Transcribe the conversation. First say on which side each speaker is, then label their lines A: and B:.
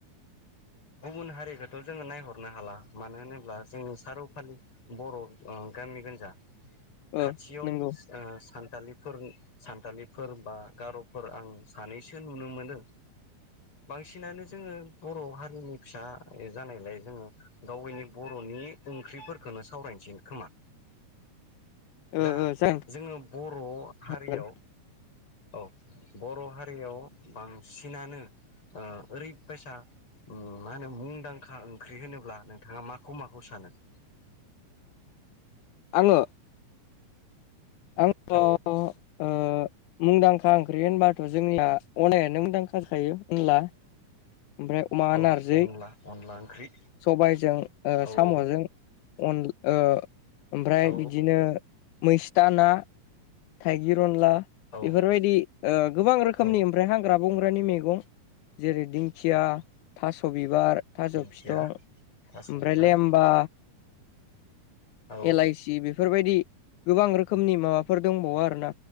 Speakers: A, on the left (about 40°); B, on the left (about 80°).
A: गुबुन हारिखौथ' जोङो नायहरनो हाला मानो होनोब्ला जोंनि सारौ फालि बर' अ गामि गोनजा
B: ओ
A: खाथियाव
B: नंगौ
A: ओ सान थालिफोर सानथालिफोर बा गार'फोर आं सानैसो नुनो मोनो। बांसिनानो जोङो बर'आवहा हारिनि फिसा जानायलाय जोङो गावैनि बर'नि ओंख्रिफोरखौनो सावरायनोसै खोमा।
B: ओ
A: दा
B: ओ जागोन
A: जोङो बर' हारियाव
B: जागोन
A: औ बर' हारियाव बांसिनानो ओ ओरैबायसा उम मा होनो मुंदांखा ओंख्रि होनोब्ला नोंथाङा माखौ माखौ सानो? <inaudible>
B: आङो। आंथ'
A: औ
B: ओ मुंदांखा ओंख्रि होनबाथ' जोंनिया अनायानो मुंदांखा थायो अनला। ओमफ्राय अमा
A: औ
B: नारजै
A: अनला अनला ओंख्रि
B: सबायजों ओ
A: औ
B: साम'जों
A: औ
B: अन ओ ओमफ्राय
A: औ
B: बिदिनो मैस्था ना थाइगिर अनला
A: औ
B: बेफोरबायदि ओ गोबां रोखोमनि
A: औ
B: ओमफ्राय हाग्रा बं ग्रानि मैगं जेरै दिंखिया थास'बि बिबार थाजौ
A: दिंखिया
B: फिथं
A: थास'
B: ओमफ्राय
A: बिबार
B: लेमबा
A: औ
B: एलाइसि बेफोरबायदि गोबां रोख रोखोमनि माबाफोर दंबावो आरोना